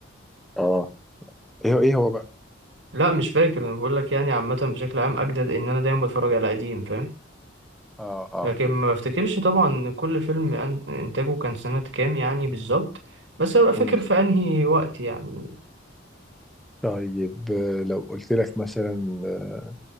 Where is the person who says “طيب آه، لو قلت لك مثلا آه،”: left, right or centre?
Centre